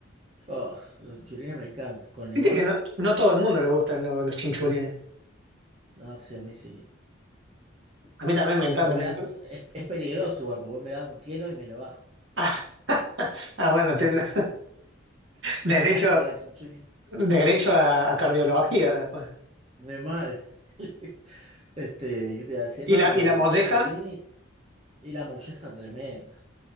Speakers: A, on the right; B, on the right.
A: oh, los chinchulines me encantan. ¿Con limón?
B: Viste que no, no a todo el mundo le gustan lo- los chinchulines.
A: No, sí, a mí sí.
B: A mí también me encanta,
A: Vos me
B: me
A: da,
B: encanta.
A: es, es peligroso igual, porque vos me das un kilo y me lo bajo.
B: <laughs> Ah, ah, bueno, tiene derecho,
A: Fanático del chinchulín.
B: derecho a, a cardiología después.
A: De mal. <laughs> Este, yo te iba a decir,
B: Y
A: no,
B: la,
A: pero
B: y la
A: el
B: molleja,
A: chincholini y la molleja tremenda.